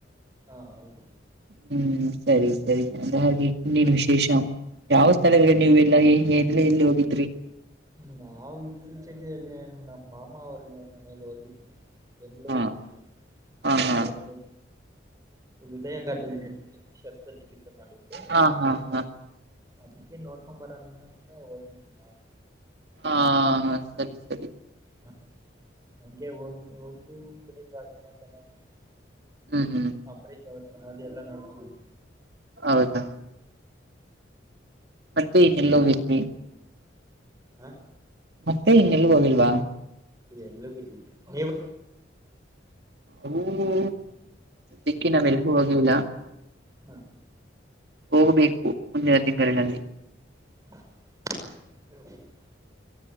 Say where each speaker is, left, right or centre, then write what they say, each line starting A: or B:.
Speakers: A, on the right; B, on the right.
A: ಹಾ ಹೌದು
B: ಹುಂ ಸರಿ ಸರಿ ಅಂದ ಹಾಗೆ ಇನ್ನೇನ್ ವಿಶೇಷಾ ಯಾವ ಸ್ಥಳಗಳು ನೀವು ಎಲ್ಲಾ ಎಲಿ ಎಲ್ಲಿ ಹೋಗಿದ್ರಿ
A: ನಾವು ಇತ್ತೀಚೆಗೆ ನಮ್ಮ ಮಾಮಾ ಅವ್ರ ಮನೆಗೆ ಹೋಗಿದ್ವಿ ಬೆಂಗಳೂರಿನಲ್ಲಿ
B: ಹಾ ಹಾ ಹಾ
A: ಅವರಿಗ ಹೃದಯಘಾತ <unintelligible> ಶಸ್ತ್ರಚಿಕಿತ್ಸೆ ಮಾಡಿದ್ರು
B: ಹಾ ಹಾ ಹಾ
A: ಅದಕ್ಕೆ ನೋಡ್ಕೊಂಡ್ ಬರ ಅಂತ ಹೋಗಿದ್ವಿ ನಾವು
B: ಹಾ ಸರಿ ಸರಿ
A: ಹ ಹಂಗೆ ಹ ಹೋಗ್ದ <unintelligible>
B: ಹುಂ ಹುಂ
A: ಅಂಬರೀಶ್ <unintelligible> ಸಮಾಧಿ ಎಲ್ಲಾ ನೋಡ್ಕೊಂಡು ಬಂದ್ವಿ
B: ಹೌದಾ ಮತ್ತೆ ಇನೆಲ್ಲ ಹೋಗಿ ದೀವಿ
A: ಹಾ
B: ಮತ್ತೆ ಇನ್ನೆಲ್ಲಿಗಿ ಹೋಗಿಲ್ವಾ
A: ಎಲ್ಲ ಬಿ ನೀವು
B: <unintelligible> ಕ್ಕೆ ನಾವ ಎಲ್ಗೂ ಹೋಗ್ಲಿಲ್ಲಾ
A: ಹಾ
B: ಹೋಗ್ಬೇಕು ಮುಂದಿನ ತಿಂಗಳಿನಲ್ಲಿ.
A: ಹ <inaudible>